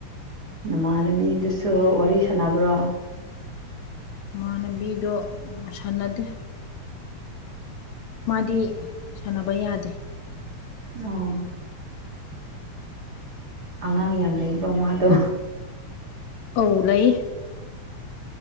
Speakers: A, on the right; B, on the left.
A: ꯅꯃꯥꯟꯅꯕꯤꯗꯨꯁꯨ ꯋꯥꯔꯤ ꯁꯥꯟꯅꯕ꯭ꯔꯣ
B: ꯏꯃꯥꯟꯅꯕꯤꯗꯣ ꯁꯥꯟꯅꯗꯦ ꯃꯥꯗꯤ ꯁꯥꯟꯅꯕ ꯌꯥꯗꯦ
A: ꯑꯣ ꯑꯉꯥꯡ ꯌꯥꯝ ꯂꯩꯕ꯭ꯔꯣ ꯃꯥꯗꯣ
B: ꯑꯧ ꯂꯩ